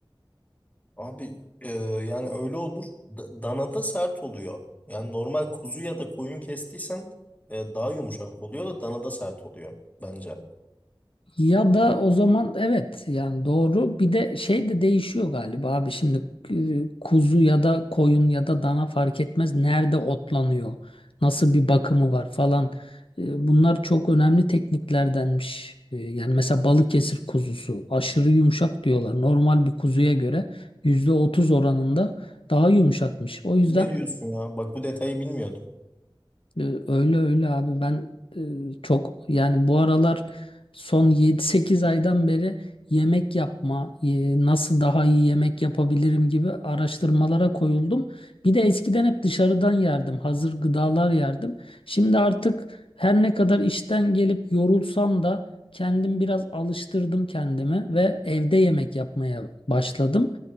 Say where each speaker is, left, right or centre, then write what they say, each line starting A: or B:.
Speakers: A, on the left; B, on the left.
A: Abi e, yani öyle olur. Da- Danada sert oluyor. Yani normal kuzu ya da koyun kestiysen e, daha yumuşak oluyor da danada sert oluyor bence.
B: Ya da o zaman evet yani doğru. Bir de şey de değişiyor galiba abi şimdi e, kuzu ya da koyun ya da dana fark etmez nerede otlanıyor, nasıl bir bakımı var falan. E, Bunlar çok önemli tekniklerdenmiş. E, Yani mesela Balıkesir kuzusu aşırı yumuşak diyorlar. Normal bir kuzuya göre %30 oranında daha yumuşakmış. O yüzden
A: Ne diyorsun ya? Bak bu detayı bilmiyordum.
B: ee, Öyle öyle abi ben e, çok yani bu aralar son yedi sekiz aydan beri yemek yapma, e, nasıl daha iyi yemek yapabilirim gibi araştırmalara koyuldum. Bir de eskiden hep dışarıdan yerdim, hazır gıdalar yerdim. Şimdi artık her ne kadar işten gelip yorulsam da kendim biraz alıştırdım kendimi ve evde yemek yapmaya başladım.